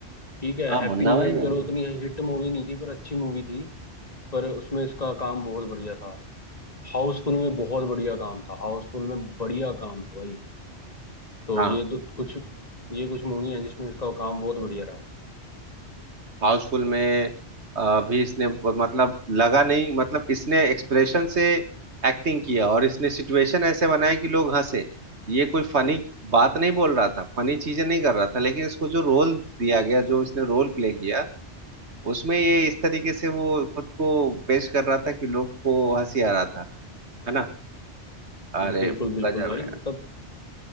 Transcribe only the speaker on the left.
ठीक है
हैप्पी
न्यू
ईयर
पे चलो
उतनी हिट मूवी नहीं थी पर अच्छी मूवी थी पर उसमें इसका काम बहुत बढ़िया था हाउसफुल में बहुत बढ़िया काम था हाउसफुल में बढ़िया काम था भाई तो
ये दो, कुछ ये कुछ मूवी है जिसमें इसका काम बहुत बढ़िया रहा
बिल्कुल बिल्कुल
भाई मतलब